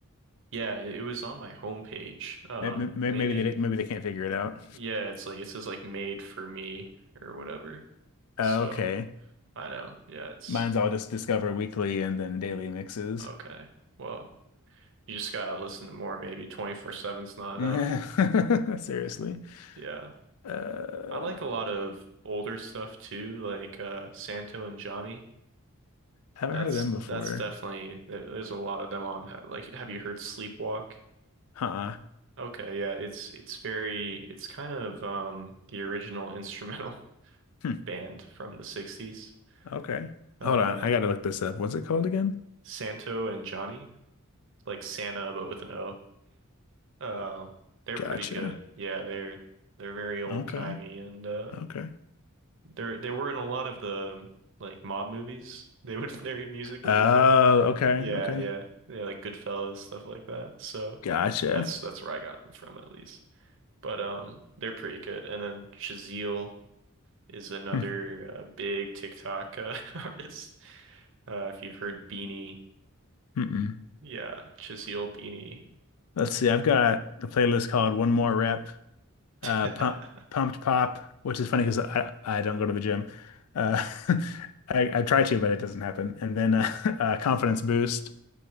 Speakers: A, on the right; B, on the left.
A: Yeah, it was on my homepage. Um,
B: Maybe, maybe
A: maybe
B: they didn't- maybe they can't figure it out.
A: yeah, it's like it says like made for me or whatever.
B: Uh,
A: So
B: okay.
A: I know. Yeah, it's
B: Mine's all just Discover Weekly and then Daily Mixes.
A: okay. Well, you just gotta listen to more. Maybe 24/7's not enough.
B: <laughs> Seriously.
A: Yeah,
B: Uh
A: I like a lot of older stuff too, like uh Santo and Johnny.
B: haven't
A: That's
B: heard of them before.
A: that's definitely there- there's a lot of them on. Ha- Like, have you heard Sleepwalk?
B: Huh.
A: Okay, yeah, it's it's very it's kind of um the original instrumental. <laughs>
B: Hmm.
A: band from the 60s.
B: Okay.
A: Uh,
B: Hold on. I gotta look this up. What's it called again?
A: Santo and Johnny, like Santa but with an O. Uh, they're
B: Gotcha.
A: pretty good. Yeah, they're they're very old-timey
B: Okay.
A: and uh
B: Okay.
A: they're they were in a lot of the um, like mob movies. They would <laughs> their music would
B: Oh,
A: be played.
B: okay.
A: Yeah,
B: Okay.
A: yeah. Yeah, like Goodfellas, stuff like that. So
B: Gotcha.
A: that's that's where I got them from at least. But um they're pretty good. And then Chazelle is another
B: Hmm.
A: uh, big TikTok uh, <laughs> artist. Uh, if you've heard Beanie
B: Mm-mm.
A: Yeah, Chisiel beanie.
B: Let's see. I've got a playlist called One More Rep, uh,
A: <laughs>
B: Pump, Pumped Pop, which is funny because I, I don't go to the gym. Uh, <laughs> I, I try to, but it doesn't happen. And then uh, <laughs> uh, Confidence Boost.